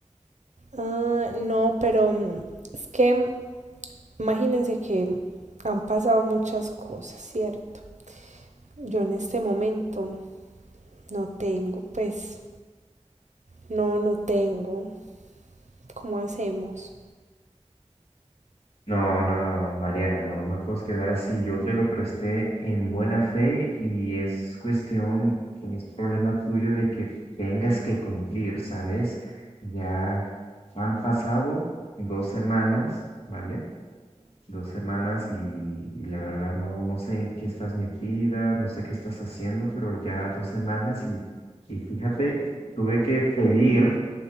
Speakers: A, on the right (about 80°); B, on the left (about 55°).
A: Ah, no, pero mm, es que mm, imagínense que han pasado muchas cosas, ¿cierto? Yo en este momento no tengo, pues, no, no tengo. ¿Cómo hacemos?
B: No, no, no, Mariana, no me puedes quedar así. Yo te lo presté en buena fe y es cuestión, es problema tuyo de que tengas que cumplir, ¿sabes? Ya han pasado dos semanas, ¿vale? dos semanas y, y la verdad no, no sé en qué estás metida, no sé qué estás haciendo, pero ya dos semanas y, y fíjate, tuve que pedir